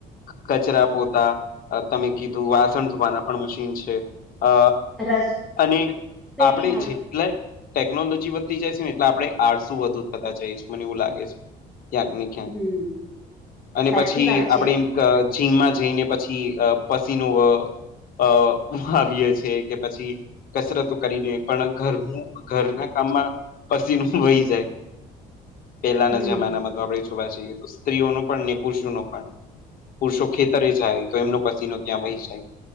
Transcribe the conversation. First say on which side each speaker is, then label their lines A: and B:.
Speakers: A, on the left; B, in the centre.
A: કચરા પોતા અ તમે કીધું વાસણ ધોવાના પણ મશીન છે. અ
B: રસોઈ
A: અને આપડે
B: બી થાય
A: જે એટલે ટેકનોલોજી વધતી જાય છે ને એટલે આપડે આળસુ વધુ થતા જઈશ મને એવું લાગે છે. ક્યાંક ને ક્યાંક
B: હમ
A: અને
B: સાચી
A: પછી
B: વાત છે
A: આપડે ક જીમમાં જઈને પછી અ પસીનું અ અ બહાવીએ છે કે પછી કસરતો કરીને પણ ઘરનું ઘરના કામમાં પસીનું વહી જાય. પેલાના
B: હમ.
A: જમાનામાં તો આપડે જોવા જઈએ તો સ્ત્રીઓનો પણ ને પુરુષોનો પણ પુરુષો ખેતરે જાય તો એમનો પસીનો ત્યાં વહી જાય,